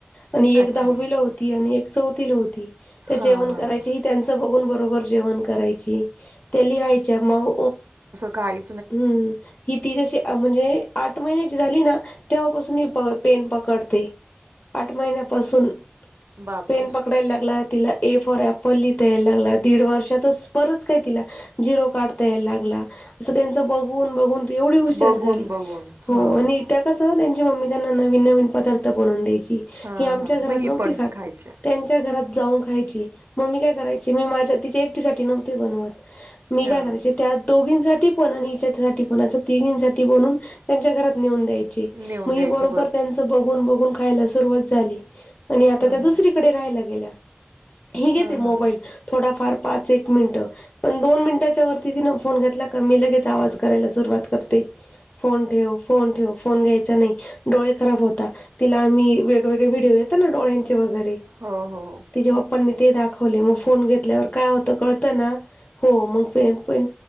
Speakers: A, on the left; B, on the right.
A: आणि एक
B: अच्छा.
A: दहावीला होती आणि एक चौथीला होती त्या
B: हां,
A: जेवण
B: हां,
A: करायची
B: हां.
A: त्यांचं बघून बरोबर जेवण करायची त्या लिहायच्या मग
B: काय??
A: हम्म.. हि ती जशी म्हणजे आठ महिन्याची झाली ना तेव्हापासून ही पेन पकडते. आठ महिन्यापासून
B: बापरे!
A: पेन पक पकडायला लागला तिला ए फॉर ॲप्पल लिहता यायला लागला दीड वर्षातच परत काय तिला झिरो काढता यायला लागला असं त्याचं बघून बघून ती एवढी हुशार
B: बघून,
A: झाली
B: बघून.
A: हो
B: हां,
A: आणि त्या कस त्यांची मम्मी त्यांना नवीन नवीन पदार्थ बनवून द्यायची.
B: हां,
A: ही आमच्या
B: हां.
A: घरात
B: मग ही
A: न्हवती
B: पण
A: खात.
B: खायची.
A: त्यांच्या घरात जाऊन खायची म काय करायची मी माझ्या तिच्या एकटीसाठी नवती बनवत. मी
B: हा.
A: काय करायचे त्या दोघींसाठी पण आणि हीच्यासाठी पण असं तिघींसाठी बनून- त्यांच्या घरात नेऊन द्यायचे
B: नेऊन
A: मग ही
B: द्यायची
A: बरोबर त्यांच बघून बघून खायला सुरुवात झाली आणि आता
B: हा
A: त्या दुसरीकडे
B: हा.
A: राहायला गेल्या हि घेते
B: हा
A: मोबाईल
B: हा.
A: थोडाफार पाच एक मिनिट पण दोन मिनिटाच्या वरती तीन फोन घेतला- मी लगेच आवाज करायला सुरुवात करते फोन ठेव फोन ठेव फोन घ्यायचा नाही. डोळे खराब होता तिला आम्ही वेगवेगळे व्हिडिओ येतात ना डोळ्यांचे वगैरे.
B: हो हो हो.
A: तिच्या पप्पांनी ते दाखवले मग फोन घेतल्यावर काय होत कळतं ना हो मग पण